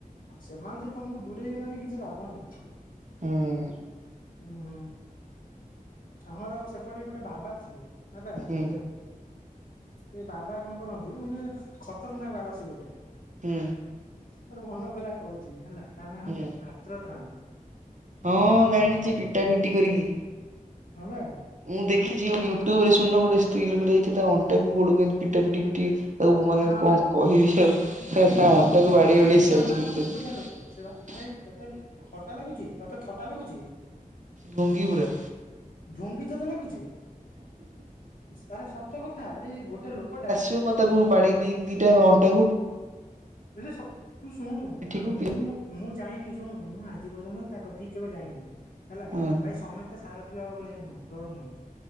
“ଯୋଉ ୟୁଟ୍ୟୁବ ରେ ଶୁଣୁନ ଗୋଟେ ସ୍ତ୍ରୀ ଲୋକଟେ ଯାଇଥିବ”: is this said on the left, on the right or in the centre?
Right